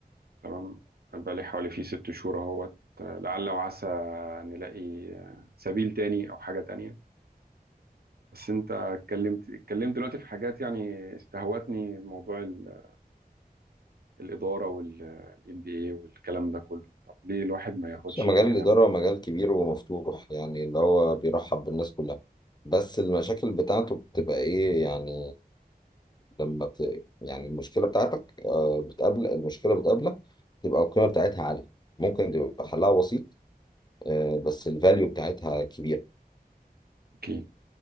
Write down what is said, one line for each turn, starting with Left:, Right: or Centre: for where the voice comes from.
Right: تمام بقالي حوالي فيه ست شهور أهوت آه، لعل وعسى نلاقي آه، سبيل تاني أو حاجة تانية بس أنت اتكلمت اتكلمت دلوقتي في حاجات يعني استهوتني موضوع ال... الإدارة والإم بي إيه والكلام ده كله طب ليه الواحد ما ياخدش
Left: بس مجال
Right: الكلام
Left: الإدارة
Right: ده
Left: مجال كبير ومفتوح يعني اللي هو بيرحب بالناس كلها بس المشاكل بتاعته بتبقى ايه يعني لما بت... يعني المشكلة بتاعتك آه، بتقابل المشكلة بتقابلك تبقى القيمة بتاعتها عالية ممكن تبقى حلها بسيط آه، بس الفاليو بتاعتها كبيرة
Right: أكيد